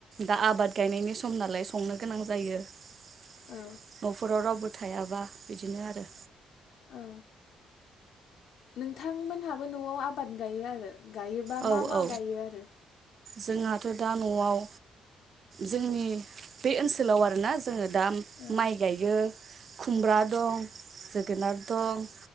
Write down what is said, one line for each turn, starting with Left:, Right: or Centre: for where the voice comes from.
Right: दा आबाद। गायनायनि सम नालाय संनो गोनां जायो। न'फोराव
Left: औ
Right: रावबो। थायाबा बिदिनो आरो।
Left: औ नोंथांमोनहाबो न'आव आ बाद गायो आरो। गायोबा
Right: औ
Left: मा मा
Right: औ
Left: गायो आरो।
Right: जोंहाथ' दा न'आव जोंनि बे ओनसोलाव आरोना जोङो दा
Left: औ
Right: माइ गायो। खुमब्रा दं जोगोनार दं